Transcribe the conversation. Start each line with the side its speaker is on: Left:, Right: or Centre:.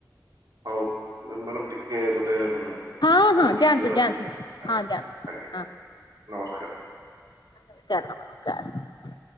Right: ହଉ ମାନ ଟିକେ ଗୋଟେ
Left: ହଁ
Right: <unintelligible>
Left: ହଁ ଯାଆନ୍ତୁ ଯାଆନ୍ତୁ ହଁ ଯାଆନ୍ତୁ ହଁ ନମସ୍କାର ନମସ୍କାର